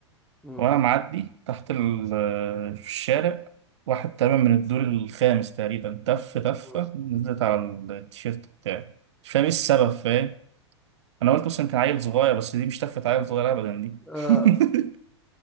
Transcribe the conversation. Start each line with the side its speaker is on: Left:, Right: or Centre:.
Centre: مم.
Right: وانا معدي تحت ال- في الشارع واحد تقريبا من الدور الخامس تقريبا تف تفة
Centre: مم.
Right: نزلت على التيشيرت بتاعي مش فاهم ايه السبب فاهم انا قلت بس يمكن عيل صغير بس دي مش تفة عيل صغير ابدا دي
Centre: اه
Right: <laughs>